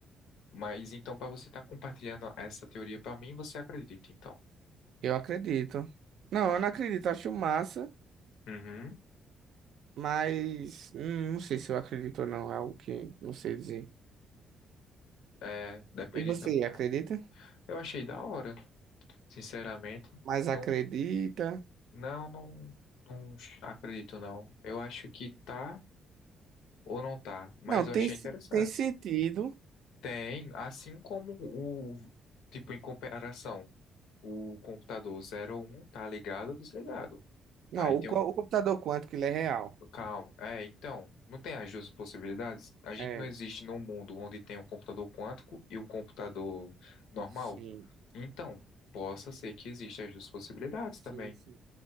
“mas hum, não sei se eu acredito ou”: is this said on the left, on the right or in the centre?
Right